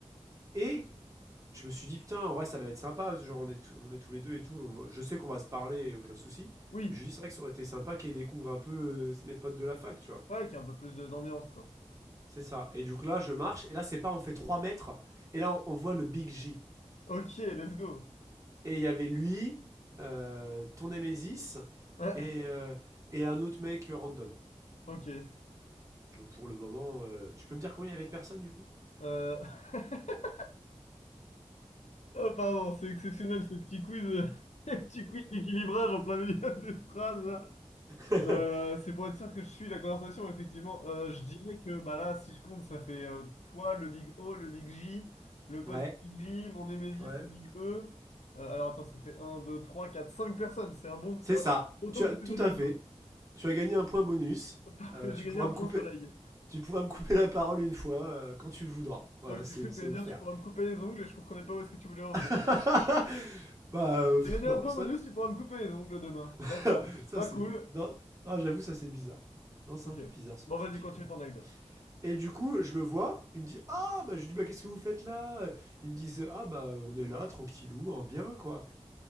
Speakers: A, on the right; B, on the left.
A: Et je me suis dit, putain, en vrai, ça va être sympa. parce que Genre, on est, on est tous les deux et tout. on va- je sais qu'on va se parler, aucun souci.
B: Oui,
A: Et je lui dis, c'est vrai que ça aurait été sympa qu'elle découvre un peu euh, mes potes de la fac, tu vois.
B: ouais, qui a un peu plus de- d'ambiance, quoi.
A: C'est ça. Et du coup, là, je marche. Et là, c'est pas, on fait 3 mètres. Et là, on, on voit le Big J.
B: Ok, let's go.
A: Et il y avait lui, euh, ton Nemesis
B: <laughs>
A: et, euh, et un autre mec euh, random.
B: Ah, ok.
A: Donc, pour le moment, euh, tu peux me dire combien il y avait de personnes du coup
B: Euh, <laughs> Oh, pardon, c'est exceptionnel ce petit quiz, euh, <laughs> petit quiz d'équilibrage en plein milieu des phrases, là.
A: <laughs>
B: Euh, c'est pour être sûr que je suis la conversation, effectivement. Euh, je dirais que bah là, si je compte, ça fait euh, toi, le Big O, le Big J, le
A: Ouais,
B: pote du Big J, mon Nemesis,
A: Ouais.
B: le Big E. Euh, alors attends, ça fait un, 2, 3, 4, 5 personnes. C'est un bon.
A: C'est
B: ah,
A: ça.
B: autant
A: Tu as
B: que
A: tout
B: les autres
A: à
B: humains.
A: fait. Tu as gagné un point bonus.
B: Parfait,
A: Euh, tu
B: j'ai gagné
A: pourras
B: un
A: me
B: point
A: couper.
B: soleil.
A: Tu pourras me couper la parole une fois euh, quand tu le voudras. Voilà,
B: Donc
A: c'est
B: tu crois que
A: c'est
B: tu allais
A: offert.
B: me dire tu pourras me couper les ongles et je comprenais pas où est-ce que tu voulais en venir.
A: <laughs> bah euh, pff,
B: J'ai gagné
A: non,
B: un point
A: ça,
B: bonus, tu pourras me couper les ongles demain.
A: <laughs>
B: D'accord.
A: ça
B: Bah
A: c'est
B: cool.
A: non. Ah, j'avoue, ça c'est bizarre. Non, c'est
B: Ok.
A: un peu bizarre ce que
B: Bon,
A: tu
B: vas-y,
A: dis
B: continue
A: quand même.
B: ton anecdote.
A: Et du coup, je le vois, il me dit Ah, bah, je lui dis Bah, qu'est-ce que vous faites là Ils me disent Ah, bah, on est là, tranquillou, hein, bien, quoi.